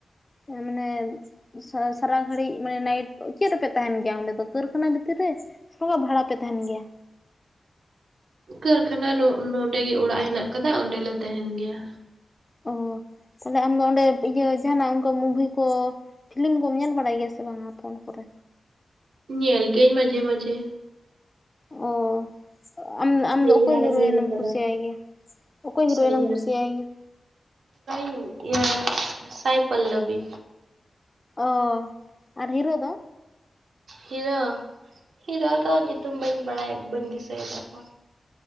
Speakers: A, on the left; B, on the right.
A: ᱢᱟᱹᱱᱮ ᱥᱟᱸ ᱥᱟᱨᱟ ᱜᱷᱟᱹᱲᱤᱡ ᱢᱟᱱᱮ ᱱᱟᱭᱤᱴ ᱪᱮᱫ ᱨᱮ ᱯᱮ ᱛᱟᱦᱮᱸᱱ ᱜᱮᱼᱭᱟ ᱚᱸᱰᱮ ᱫᱚ ᱠᱟᱹᱨᱠᱷᱟᱱᱟ ᱵᱷᱤᱛᱤᱨ ᱨᱮ ᱯᱩᱨᱟᱹ ᱵᱷᱟᱲᱟ ᱯᱮ ᱛᱟᱦᱮᱸᱱ ᱜᱮᱭᱟ
B: ᱠᱟᱹᱨᱠᱷᱟᱱᱟ ᱱᱚᱹᱰᱮ ᱜᱤ ᱚᱲᱟᱼᱜ ᱦᱮᱱᱟᱼᱜ ᱟᱠᱟᱫᱟ ᱚᱸᱰᱮᱞᱮ ᱛᱟᱦᱮᱸᱱ ᱜᱮᱭᱟ
A: ᱚᱦᱸ ᱛᱟᱦᱞᱮ ᱟᱢ ᱫᱚ ᱚᱸᱰᱮ ᱤᱭᱟᱹ ᱡᱟᱦᱟᱱᱟᱼᱜ ᱚᱱᱠᱟ ᱢᱩᱵᱷᱤ ᱠᱚ ᱯᱷᱤᱞᱤᱢ ᱠᱚᱸᱢ ᱧᱮᱞ ᱵᱟᱲᱟᱭ ᱜᱮᱭᱟ ᱥᱮ ᱵᱟᱝᱼᱟ ᱯᱷᱳᱱ ᱠᱚᱨᱮ?
B: ᱧᱮᱞ ᱜᱮᱟᱹᱭ ᱢᱟᱡᱮ ᱢᱟᱡᱮ
A: ᱚᱸ ᱟᱢ ᱟᱢ
B: ᱥᱮᱭᱟᱨᱟᱧ
A: ᱫᱚ ᱚᱠᱚᱭ ᱦᱤᱨᱳᱭᱮᱱ
B: ᱧᱮᱞ ᱟᱠᱟᱫᱟ
A: ᱮᱢ ᱠᱩᱥᱤᱭᱟᱭ ᱜᱮᱭᱟ ᱚᱠᱚᱭ ᱦᱤᱨᱳᱭᱮᱱ
B: ᱥᱮᱭᱟᱨ
A: ᱮᱢ ᱠᱩᱥᱤᱭᱟᱭ ᱜᱮᱭᱟ?
B: <inaudible> ᱤᱭᱟᱹ ᱥᱟᱭᱸ ᱯᱚᱞᱚᱵᱤ
A: ᱚᱸ ᱟᱨ ᱦᱤᱨᱳ ᱫᱚ᱾
B: ᱦᱤᱨᱳ ᱦᱤᱨᱳ ᱫᱚ ᱧᱩᱛᱩᱢ ᱵᱟᱹᱧ ᱵᱟᱹᱲᱟᱭᱟ ᱵᱟᱹᱧ ᱫᱤᱥᱟᱹᱭᱮᱫᱟ ᱠᱚᱣᱟ